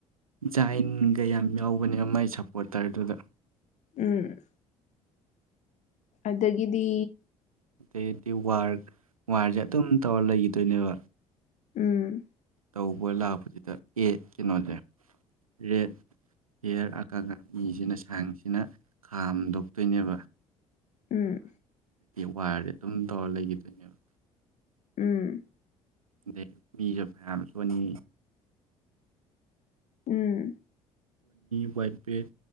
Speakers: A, on the right; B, on the left.
A: ꯖꯥꯏꯟꯒ ꯌꯥꯝ ꯌꯥꯎꯕꯅꯦ ꯃꯥꯏ ꯁꯥꯄ꯭ꯔꯣꯠꯇꯔ ꯗꯨꯗ
B: ꯎꯝ ꯑꯥꯗꯥꯒꯤꯗꯤ
A: ꯑꯥꯗꯩꯗꯤ ꯋꯥꯔ ꯋꯥꯔꯖꯦ ꯑꯗꯨꯝ ꯊꯧꯔꯥ ꯂꯩꯒꯤꯗꯣꯏꯅꯦꯕ
B: ꯎꯝ
A: ꯇꯧꯕ ꯂꯥꯛꯐꯥꯁꯤꯗꯥ ꯍꯧꯖꯤꯛ ꯀꯩꯅꯣꯖꯦ ꯔꯦꯠ <unintelligible> ꯃꯤꯖꯤꯅ <unintelligible> ꯈꯥꯝꯗꯣꯛꯇꯣꯏꯅꯦꯕ
B: ꯎꯝ
A: ꯋꯥꯔꯖꯦ ꯑꯗꯨꯝ ꯊꯧꯔꯥ ꯂꯩꯒꯤꯗꯣꯏꯅꯦꯕ
B: ꯎꯝ
A: ꯑꯥꯗꯩ ꯃꯤꯒꯥ ꯃꯥꯌꯥꯝ ꯁꯣꯛꯑꯥꯅꯤ
B: ꯎꯝ
A: ꯍ꯭ꯋꯥꯠ ꯕ꯭ꯔꯦꯛ